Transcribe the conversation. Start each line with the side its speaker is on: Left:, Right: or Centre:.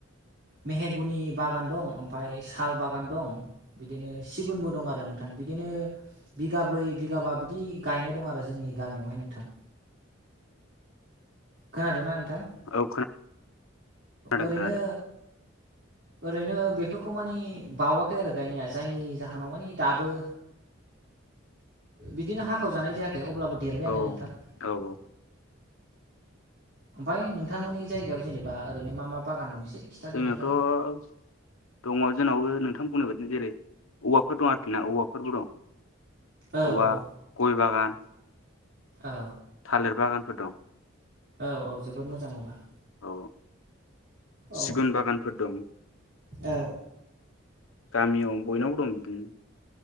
Right: मेहेगुनि बागान दं ओमफ्राय साल बागान दं बिदिनो सिगुनबो दं आरो नोंथां। बिदिनो बिगाब्रै बिगाबा बिदि गायनाय। दं आरो जोंनि गामियावहाय नोंथां। खोनादोंना नोंथां
Left: औ खोनादों
Right: ओरैनो
Left: खोनादों
Right: ओरैनो बेफोरखौ मानि बावाखै आरो गायनाया जायनि जाहोनाव माने दाबो बिदिनो हाखाव जानाय जायाख द अब्लाबो देरबायानो
Left: औ
Right: नोंथां।
Left: औ औ
Right: ओमफफ्राय नोंथांमोननि जायगायाव जेनेबा ओरैनो मा मा बागान दं एसे खिथादो
Left: जोंनियावथ'
Right: नोंथाङा
Left: दङ जोंनावबो नों नोंथाम बुंनाय बायनो जेरै औवाफोर दं आरोखि ना औवाफोरबो दं।
Right: औ
Left: औवा,
Right: औ
Left: गय बागान,
Right: औ
Left: थालिर बागान। फोर दं।
Right: औ औ जोबोद मोजां अब्ला
Left: औ
Right: औ
Left: सिगुन बागानफोर दं
Right: औ
Left: गामियाव बयनावबो दं।